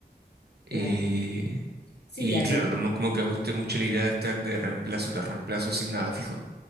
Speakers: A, on the right (about 75°); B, on the left (about 85°).
A: eh,
B: Claro. Sí,
A: y
B: además
A: claro, también como que me gusté mucho la idea de estar de reemplazo tras reemplazo sin nada fijo.